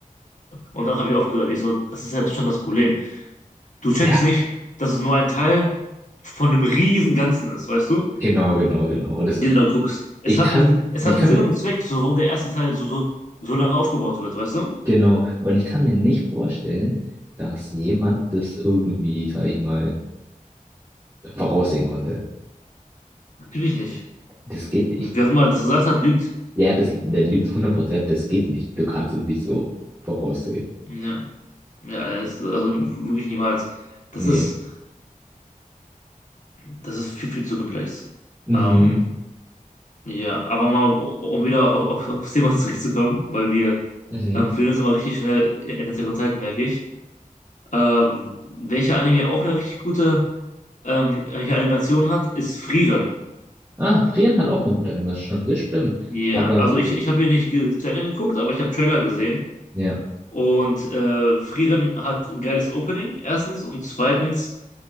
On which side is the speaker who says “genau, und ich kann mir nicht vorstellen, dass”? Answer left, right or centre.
Right